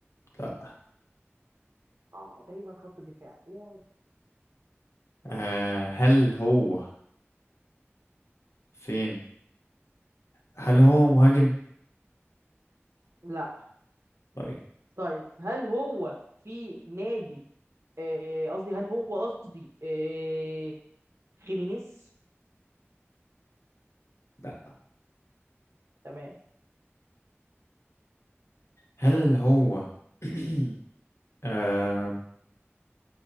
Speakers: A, on the left (about 80°); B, on the right (about 85°).
A: لا
B: اه دايما خط الدفاع ايه يا رب
A: آه
B: ايه يا رب
A: هل هو فين هل هو مهاجم
B: لا
A: طيب
B: طيب هل هو في نادي آه، قصدي هل هو قصدي آه، خيمينيز
A: لا
B: تمام
A: هل هو <clears throat> آه